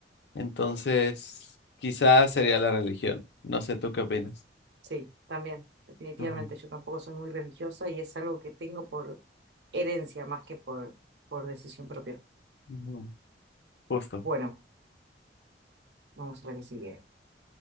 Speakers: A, on the left; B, on the right.
A: Entonces,
B: Claro.
A: quizás sería la religión. No sé, ¿tú qué opinas?
B: Sí, también, definitivamente.
A: Ujú,
B: Yo tampoco soy muy religiosa y es algo que tengo por herencia más que por, por decisión propia.
A: ujú, Justo.
B: Bueno, vamos a la que sigue.